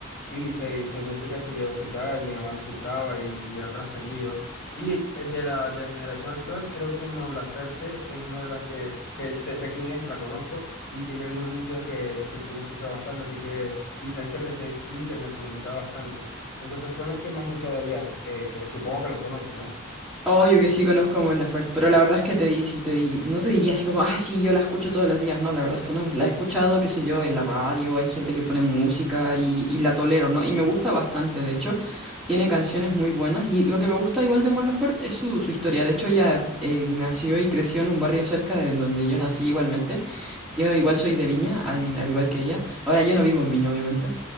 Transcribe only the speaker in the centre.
Obvio que sí conozco a Mon Laferte, pero la verdad es que te di, sí, te di, no te diría así como, ah, sí, yo la escucho todos los días. No, la verdad es que no. La he escuchado, qué sé yo, en la radio, hay gente que pone música y, y la tolero, ¿no? Y me gusta bastante, de hecho, tiene canciones muy buenas. Y lo que me gusta igual de Mon Laferte es su, su historia. De hecho, ella eh, nació y creció en un barrio cerca de donde yo nací igualmente. Yo igual soy de Viña, al, al igual
que ella. Ahora yo no vivo en Viña, obviamente.